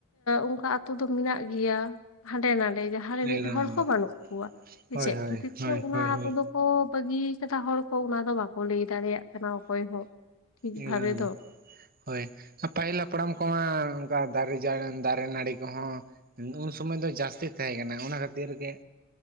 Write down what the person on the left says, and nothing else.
ᱚᱱᱠᱟ ᱟᱛᱳ ᱫᱚ ᱢᱮᱱᱟᱜ ᱜᱮᱭᱟ ᱦᱟᱸᱰᱮ ᱱᱟᱰᱮ ᱡᱟᱦᱟᱸ ᱡᱟᱦᱟᱸ ᱨᱮ
ᱢᱤᱫ ᱦᱚᱲ
ᱦᱚᱸ ᱵᱟᱹᱱᱩᱜ ᱠᱚᱣᱟ
ᱪᱮᱫ
ᱠᱷᱟᱹᱛᱤᱨ
ᱛᱮ ᱚᱱᱟ
ᱠᱫᱚ ᱠᱚ ᱵᱟᱹᱜᱤᱭᱟ ᱠᱟᱫᱟ ᱦᱚᱲ ᱠᱚ ᱚᱱᱟ ᱫᱚ ᱵᱟᱠᱚ ᱞᱟᱹᱭ ᱫᱟᱲᱮᱭᱟᱜ ᱠᱟᱱᱟ ᱚᱠᱚᱭ ᱦᱚᱸ ᱴᱷᱤᱠ
ᱵᱷᱟᱵᱮ
ᱫᱚ ᱾